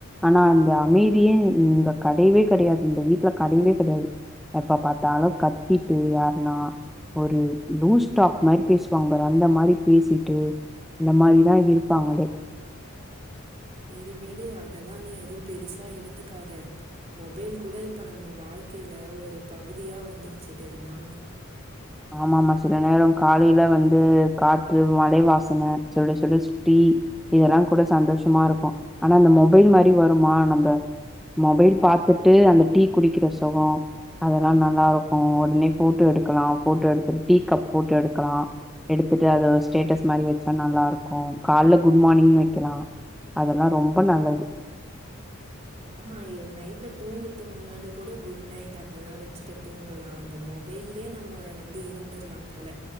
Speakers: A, in the centre; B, on the right (about 30°).
A: ஆனா அந்த அமைதியே இங்க கடையவே கடையாது இந்த வீட்ல கடையவே கடையாது எப்ப பாத்தாலு கத்திட்டு யார்ன்னா ஒரு லூஸ் டாப் மாரி பேசுவாங்க பாரு அந்த மாரி பேசிட்டு அந்த மாரிதா இருப்பாங்களே
B: செரி வீடு அதெல்லா நீ எதுவு பெருசா எடுத்துக்காத மொபைல் கூட இப்ப நம்ம வாழ்க்கையில ஒரு பகுதியா வந்துருச்சி தெரிமா
A: ஆமாமா சில நேரம் காலையில வந்து காற்று மழை வாசன சுட சுட டீ இதெல்லா கூட சந்தோஷமா இருக்கு ஆனா இந்த மொபைல்மாரி வருமா நம்ப மொபைல் பாத்துட்டு அந்த டீ குடிக்கிற சொகோ அதெல்லாம் நல்லா இருக்கும் உடனே போட்டோ எடுக்கலாம் போட்டோ எடுத்துட்டு டீ கப் போட்டோ எடுக்கலாம் எடுத்துட்டு அத ஸ்டேட்டஸ் மாதிரி வச்சா நல்லா இருக்கும் கால்ல குட் மார்னிங்னு வெக்கலாம். அதெல்லா ரொம்ப நல்லது
B: ஆமா ஏ நைட்ல தூங்குறதுக்கு முன்னாடி கூட குட் நைட் அப்பில்லா வச்சுட்டு தூங்கலா அந்த மாரி வெயிலே நம்ம வந்து இருந்துர்லா போல